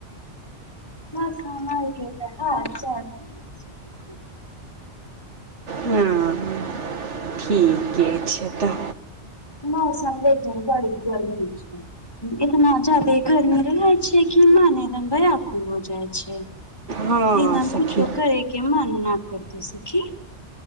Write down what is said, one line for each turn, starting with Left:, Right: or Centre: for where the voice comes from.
Left: मौसम के हाल चाल ठिक छै
Right: हँ ठीके छै तऽ
Left: मौसम ले के बड़ी गरमी छै इतना जादे गर्मी रहै छै कि मन एकदम व्याकुल भऽ जाइ छै
Right: हँ
Left: ई नाम
Right: सखी
Left: कूछो करे के मन ना करतौ सखी